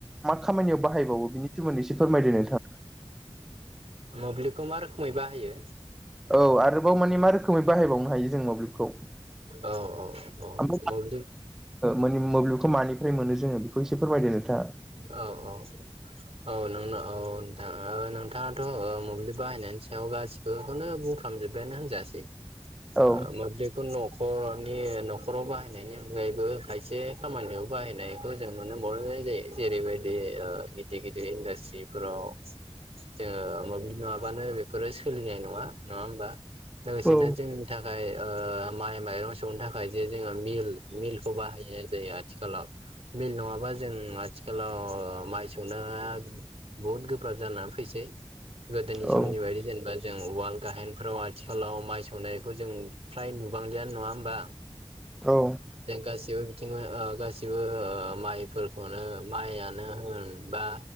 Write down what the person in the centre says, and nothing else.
मा खामानियाव बाहायबावो बिनि सोमोन्दैसे फोरमायदों नोंथाङा।
औ आरोबाव मानि मा रोखोमै बाहायबावनो हायो जों मोब्लिबखौ? <unintelligible>
ओ
माने मोब्लिबखौ मानिफ्राय मोनो जोङो बेखौ एसे फोरमायदो नोंथाङा?
औ
औ
औ
औ